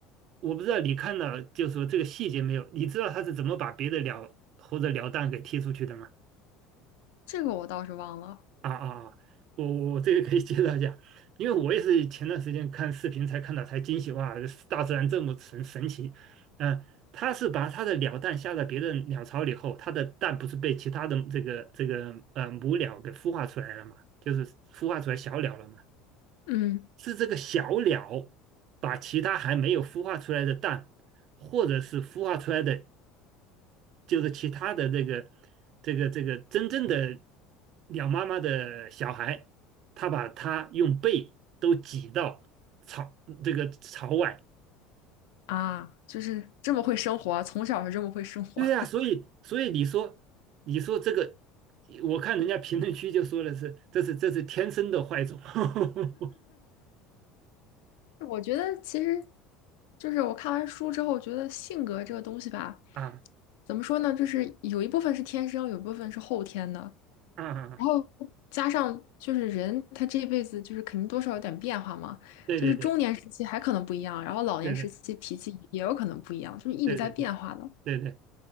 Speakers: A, on the right (about 55°); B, on the left (about 80°).
A: 我不知道你看到就说这个细节没有？你知道他是怎么把别的鸟或者鸟蛋给踢出去的吗？
B: 这个我倒是忘了。
A: 啊啊啊！我我这个可以介绍一下，因为我也是前段时间看视频才看到，才惊喜哇，大自然这么神神奇。嗯、它是把它的鸟蛋下到别的鸟巢里后，它的蛋不是被其他的这个这个呃母鸟给孵化出来了嘛，就是孵化出来小鸟了嘛，
B: 嗯
A: 是这个小鸟把其他还没有孵化出来的蛋，或者是孵化出来的就是其他的这个这个这个真正的鸟妈妈的小孩，他把它用背都挤到朝这个朝外。
B: 啊，就是这么会生活啊从小就这么会生活。
A: 对呀、所以所以你说你说这个，我看人家评论区就说的是这是这是天生的坏种 <laughs>
B: 我觉得其实就是我看完书之后，我觉得性格这个东西吧，
A: 啊
B: 怎么说呢，就是有一部分是天生，有一部分是后天的，
A: 啊，
B: 然后加上就是人他这一辈子就是肯定多少有点变化嘛，
A: 对对对
B: 就是中年时期还可能不一样，然后老年时期脾气也有可能不一样，
A: 对对
B: 就是一直在变化的。
A: 对对对对对。